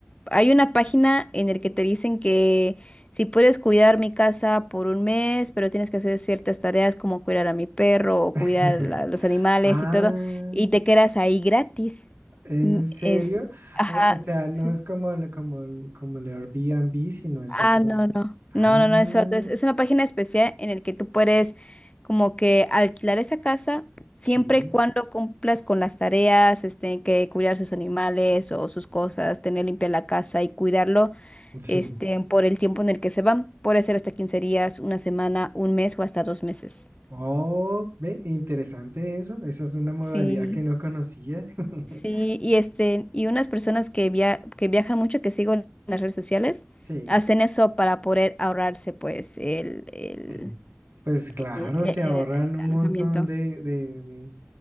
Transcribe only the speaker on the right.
<laughs>
Ah,
¿en
serio?
O, o sea,
no
es como el, como, el- como el Airbnb, sino es
otro.
Ah,
sí,
sí.
Oh, ve, interesante eso. Esa es una modalidad
que no conocía. <laughs>
Sí.
<clears throat> Pues claro,
se ahorran
un
montón de, de, de-